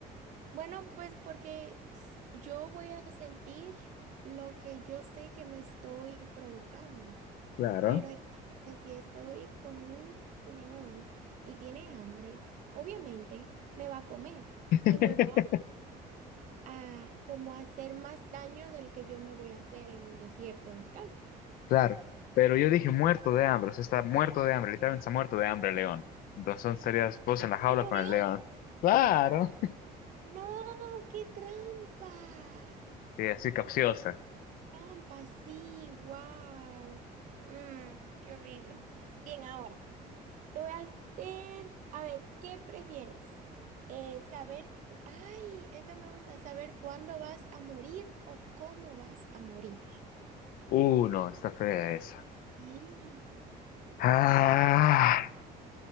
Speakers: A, on the right; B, on the left.
A: Bueno, pues porque s- yo voy a sentir lo que yo sé que me estoy provocando.
B: Claro,
A: Pero entonces, si estoy con un león y tiene hambre, obviamente me va a comer
B: <laughs>
A: y me va a como hacer más daño del que yo me voy a hacer en un desierto descalza.
B: claro. Pero yo dije muerto de hambre, o sea, está muerto de hambre, literalmente está muerto de hambre el león. Entonces serías vos en la jaula
A: ¿Se murió?
B: con el león. Claro.
A: No, qué trampa.
B: Sí, así capciosa.
A: Trampa, sí, wow. No, no, qué horrible. Bien, ahora. Te voy a hacer, a ver, ¿qué prefieres? Eh, saber, cu- ay, esa me gusta, saber cuándo vas a morir o cómo vas a morir.
B: Uh, no, está fea esa.
A: Sí.
B: Ah.